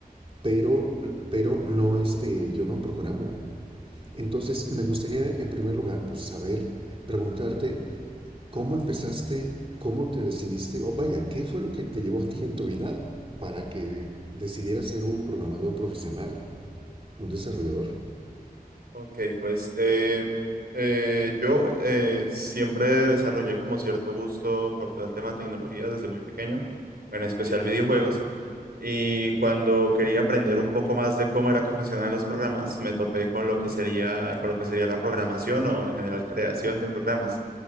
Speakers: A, on the right; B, on the right.
A: pero,
B: Okay,
A: pero no, este, yo no programo. Entonces, me gustaría en primer lugar pues, saber, preguntarte, ¿cómo empezaste? ¿Cómo te decidiste? O vaya, ¿qué fue lo que te llevó a ti en tu vida para que decidieras ser un programador profesional, un desarrollador?
B: ok, pues eh, eh, yo eh, siempre desarrollé como cierto gusto por todo el tema de tecnología desde muy pequeño, en especial videojuegos, y cuando quería aprender un poco más de cómo era que funcionaban los programas, me topé con lo que sería, con lo que sería la programación o en general creación de programas.